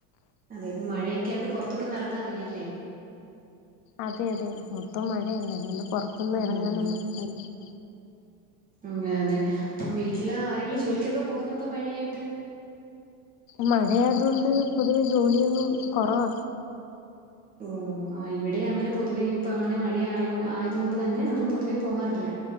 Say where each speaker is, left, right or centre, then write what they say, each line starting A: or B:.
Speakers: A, on the right; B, on the left.
A: അതെ ഇപ്പ മഴയൊക്കെയാണ്ട് പുറത്തട്ടന്ന് ഇറാങ്ങാൻ വയ്യല്ലേ
B: അതെ അതെ മൊത്തം മഴയലെ അതോണ്ട് പുറ്ത്ത്ന്ന്
A: ആ
B: ഇറങ്ങാനൊന്നും <unintelligible>
A: അങ്ങ അതെ അപ്പം വീട്ടില് ആരെങ്കിലും ജോലിക്കൊക്കെ പോവുന്നുണ്ടോ മഴയായിട്ട്
B: മഴയതുകൊണ്ട് പൊതുവെ ജോലിയൊന്നും കൊറവാ
A: ഉം ആഹ് ഇവിടെ അങ്ങനെ പൊതുവെ ഇപ്പ അങ്ങനെ മഴ ആയോ ആയതു കൊണ്ട് തന്നെ അങ്ങനെ പൊതുവേ പോവാറില്ല